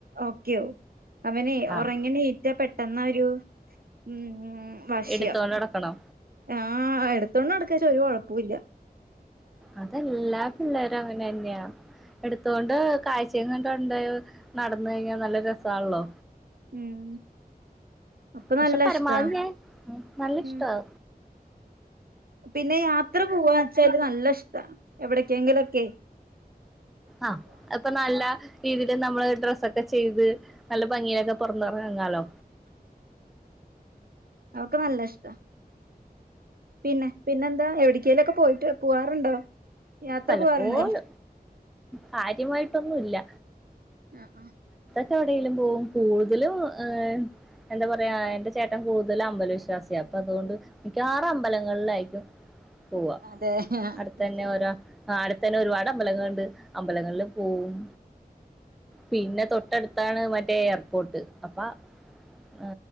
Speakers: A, on the right; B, in the centre.
A: ഓക്കെയാവും അവനെ
B: ആഹ്
A: ഒറങ്ങി എണീറ്റാ പെട്ടെന്ന് ആ ഒരു ഉം ഉം വശിയം
B: എടുത്തോണ്ട് നടക്കണോ
A: ആഹ് എടുത്തോണ്ട് നടക്കച്ചാ ഒരു കൊഴപ്പോം ഇല്ല
B: അതെല്ലാ പിള്ളേരും അങ്ങനെ തന്നെയാ എടുത്തോണ്ട് കാഴ്ചയും കണ്ട് നടന്ന് കഴിഞ്ഞാ നല്ല രസാണല്ലോ
A: ഉം അപ്പൊ
B: പക്ഷെ
A: നല്ല
B: പരമാവധി
A: ഇഷ്ടാ
B: ഞാൻ നല്ല
A: ഉം
B: ഇഷ്ടവാ
A: പിന്നെ യാത്ര പോവാ വെച്ചാല് നല്ല ഇഷ്ടാ എവിടക്കെങ്കിലൊക്കെയെ
B: ആഹ് അത്പ്പൊ നല്ല രീതിൽ നമ്മള് ഡ്രസ്സൊക്കെ ചെയ്ത് നല്ല ഭംഗിയിലൊക്കെ പുറത്തെറങ്ങാലോ
A: അതൊക്കെ നല്ല ഇഷ്ടാ പിന്നെ പിന്നെന്താ എവിടക്കേലും ഒക്കെ പോയിട്ട് പോവാറുണ്ടോ യാത്ര
B: പലപ്പോഴും
A: പോവാറുണ്ടോ
B: കാര്യമായിട്ടൊന്നും ഇല്ല
A: ആ ആഹ്
B: <unintelligible> എവിടേലും പോകും കൂടുതലും ഏഹ് എന്താ പറയാ എന്റെ ചേട്ടൻ കൂടുതലും അമ്പലവിശ്വാസിയാ അപ്പ് അതുകൊണ്ട് മിക്കവാറും അമ്പലങ്ങളിലായിരിക്കും പോവാ
A: അതെ
B: അടുത്ത് തന്നെ
A: ശരി
B: ഓരോ ആഹ് അടുത്തന്നെ ഒരുപാട് അമ്പലങ്ങൾണ്ട് അമ്പലങ്ങളില് പോവും പിന്നെ തൊട്ടടുത്താണ് മറ്റേ എയർപോർട്ട് അപ്പ ആ